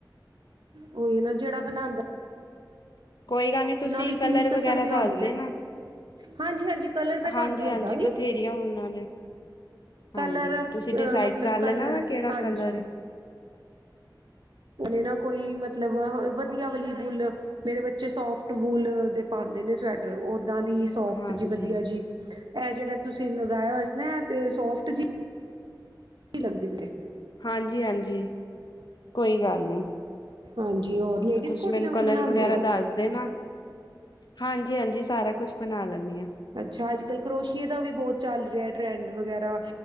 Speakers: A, on the right (about 75°); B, on the left (about 65°).
A: ਓ ਨਾ ਜਿਹੜਾ ਬਣਾਂਦਾ।
B: ਕੋਈ ਗੱਲ ਨੀ, ਤੁਸੀਂ
A: ਵੀ ਕਿੰਨੀ
B: ਕਲਰ
A: ਕਿਸਮ
B: ਵਗੈਰਾ
A: ਦੀਆਂ
B: ਦੱਸ
A: ਹੁੰਦੀਆਂ
B: ਦੇਣਾ।
A: ਹਾਂਜੀ ਹਾਂਜੀ ਕਲਰ ਮੈਂ ਤੁਹਾਨੂੰ
B: ਹਾਂਜੀ-ਹਾਂਜੀ
A: ਦੱਸ ਦਾਂਗੀ
B: ਬਥੇਰੀਆਂ ਓਨਾਂ ਨੇ।
A: ਕਲਰ
B: ਹਾਂਜੀ
A: ਅ
B: ਤੁਸੀਂ ਡਿਸਾਈਡ
A: ਮਤਲਬ
B: ਕਰ
A: ਕਲਰ
B: ਲੈਣਾ, ਨਾ ਕਿਹੜਾ
A: ਹਾਂਜੀ
B: ਕਲਰ
A: ਕਨੇ ਨਾ ਕੋਈ ਮਤਲਬ, ਵਧੀਆ ਵਾਲੀ ਬੁੱਲ ਮੇਰੇ ਬੱਚੇ ਸੋਫਟ ਵੂਲ ਦੇ ਪਾਂਦੇ ਨੇ, ਸਵੈਟਰ ਓਦਾਂ ਦੀ ਸੋਫਟ
B: ਹਾਂਜੀ
A: ਜੀ ਵਧੀਆ ਜੀ, ਐ ਜੇੜਾ ਤੁਸੀਂ ਲਗਾਇਆ ਹੋਇਆ ਸੀ ਨਾ ਤੇ ਓ ਸੋਫਟ ਜੀ ਸੀ ਲੱਗਦੀ ਪਈ ਐ।
B: ਹਾਂਜੀ-ਹਾਂਜੀ ਕੋਈ ਗੱਲ ਨੀ।
A: ਹਾਂਜੀ ਹੋਰ। ਲੇਡੀਜ਼
B: ਤੁਸੀਂ
A: ਕੋਟੀਆਂ
B: ਮੈਨੂੰ
A: ਵੀ
B: ਕਲਰ
A: ਬਣਾਉਂਦੇ
B: ਵਗੈਰਾ
A: ਹੋ
B: ਦੱਸਦੇ ਨਾ, ਹਾਂਜੀ-ਹਾਂਜੀ ਸਾਰਾ ਕੁਛ ਬਣਾ ਲੈਂਣੀ ਆਂ।
A: ਅੱਛਾ, ਅੱਜ ਕੱਲ੍ਹ ਕਰੋਸ਼ੀਏ ਦਾ ਵੀ ਬਹੁਤ ਚੱਲ ਰਿਆ ਟਰੈਂਡ ਵਗੈਰਾ।